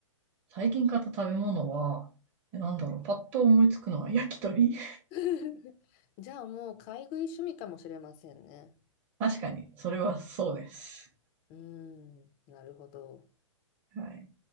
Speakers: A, on the right; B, on the left.
A: 最近買った食べ物は、えなんだろう、パッと思いつくのは焼き鳥 <laughs>
B: <laughs> じゃあもう買い食い趣味かもしれませんね。
A: 確かに、それはそうです。
B: うーん、なるほど。
A: はい。